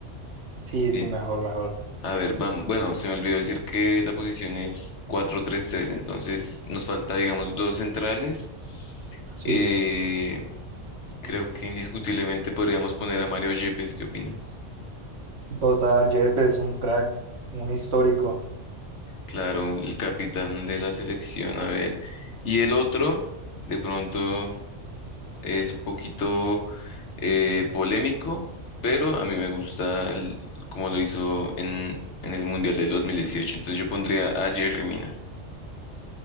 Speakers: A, on the right (about 65°); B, on the left (about 70°).
A: Sí,
B: Bien,
A: sí, mejor, mejor.
B: a ver, vamos. Bueno, se me olvidó decir que la posición es cuatro tres tres entonces nos falta, digamos, dos centrales.
A: Sí.
B: Eh, Creo que indiscutiblemente podríamos poner a Mario Yepes, ¿qué opinas?
A: Total, Yepes es un crack, un histórico.
B: Claro, el capitán de la selección, a ver. Y el otro, de pronto, es un poquito eh, polémico, pero a mí me gusta el- como lo hizo en, en el Mundial del 2018. Entonces yo pondría a Jerry Mina. <laughs>